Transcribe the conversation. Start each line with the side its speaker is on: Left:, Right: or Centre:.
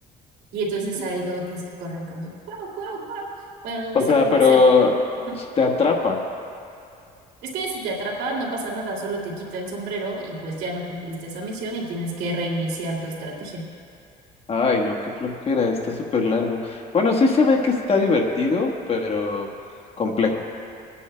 Right: Y entonces ahí luego tienes que correr como, wow, wow, wow. Bueno, no
Left: O
Right: sé
Left: sea,
Right: cómo
Left: pero
Right: hacer. Ujú.
Left: te atrapa.
Right: Es que si te atrapa, no pasa nada, solo te quita el sombrero y pues ya no cumpliste esa misión y tienes que reiniciar tu estrategia.
Left: Ay, no, qué flojera, está súper largo. Bueno, sí se ve que está divertido, pero complejo.